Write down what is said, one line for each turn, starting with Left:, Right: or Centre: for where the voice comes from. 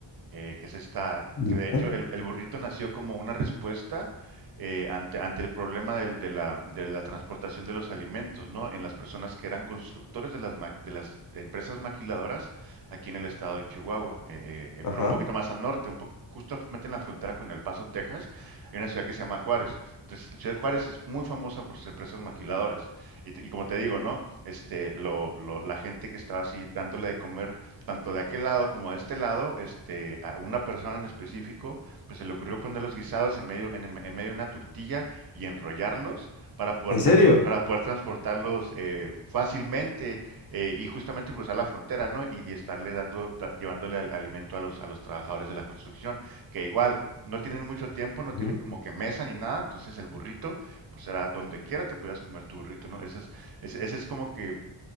Right: eh, que se está,
Left: Ya.
Right: que de hecho el, el burrito nació como una respuesta eh, ante, ante el problema del- de la, de la transportación de los alimentos, ¿no? En las personas que eran constructores de las, ma- de las empresas maquiladoras aquí en el estado de Chihuahua, eh, eh, eh,
Left: Ajá.
Right: pero un poquito más al norte, un po- justamente en la frontera con El Paso, Texas, hay una ciudad que se llama Juárez. Entonces, la ciudad de Juárez es muy famosa por sus empresas maquiladoras. Y, te- y como te digo, ¿no? Este, lo, lo- la gente que estaba así dándole de comer tanto de aquel lado como de este lado, este, a una persona en específico, pues se le ocurrió poner los guisados en medio, en, en medio de una tortilla y enrollarlos para poder,
Left: ¿En
Right: transfor-
Left: serio?
Right: para poder transportarlos eh, fácilmente eh, y justamente cruzar la frontera, ¿no? Y, y estarle dando, da- llevándole al- alimento a los, a los trabajadores de la construcción, que igual no tienen mucho tiempo, no tienen
Left: Ujú.
Right: como que mesa ni nada, entonces el burrito, pues era donde quiera te podías comer tu burrito, ¿no? Ese es, ese, ese es como que